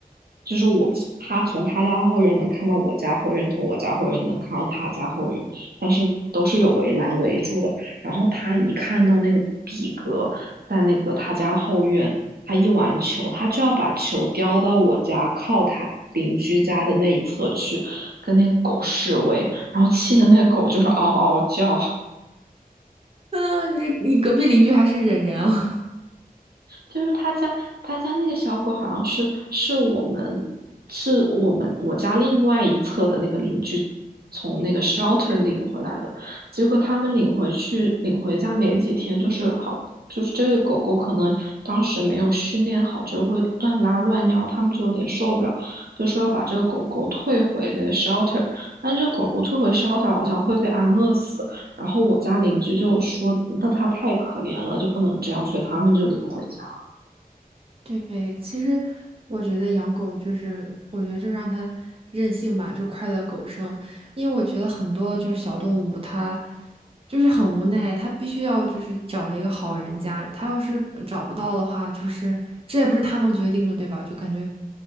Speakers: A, on the right (about 85°); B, on the right (about 35°).
A: 就是我他从他家后院能看到我家后院，从我家后院能看到他家后院，但是都是有围栏围住的。然后他一看到那个比格在那个他家后院，他一玩球，他就要把球叼到我家靠他邻居家的那一侧去，跟那个狗示威，然后气的那个狗就是嗷嗷嗷叫。
B: 啊，你你隔壁邻居还是忍人啊。
A: 就是他家他家那个小狗好像是是我们是我们我家另外一侧的那个邻居从那个 shelter 领回来的，结果他们领回去领回家没几天，就是好就是这个狗狗可能当时没有训练好，就会乱拉乱尿，他们就有点受不了，就说要把这个狗狗退回那个 shelter，但这狗狗退回 shelter 好像会被安乐死，然后我家邻居就说那它太可怜了，就不能这样，所以他们就领回家。
B: 对，其实我觉得养狗就是，我觉得就让它任性吧，就快乐狗生。因为我觉得很多就是小动物，它就是很无奈，它必须要就是找一个好人家。它要是找不到的话，就是这也不是它能决定的，对吧？就感觉